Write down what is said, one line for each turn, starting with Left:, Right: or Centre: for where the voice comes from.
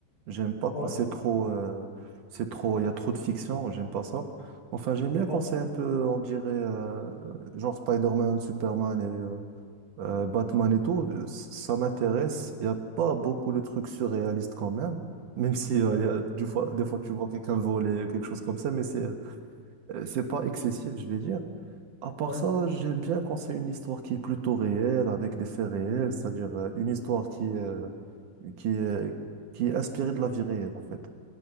Right: J'aime pas quand
Left: Oui,
Right: c'est trop, euh, c'est trop, il y a trop de fiction, j'aime pas ça. Enfin, j'aime bien quand
Left: oui,
Right: c'est un peu, on dirait, euh, genre Spider-Man, Superman et euh, euh, Batman et tout, euh, c- ça m'intéresse. Il y a pas beaucoup de trucs surréalistes quand même, même si euh,
Left: oui,
Right: il y a, du fois, des fois tu vois quelqu'un voler, quelque chose comme ça, mais c'est euh, c'est pas excessif, je vais dire. À part
Left: oui.
Right: ça, j'aime bien quand c'est une histoire qui est plutôt réelle, avec des faits réels, c'est-à-dire euh, une histoire qui est, euh, qui est, qui est inspirée de la vie réelle, en fait.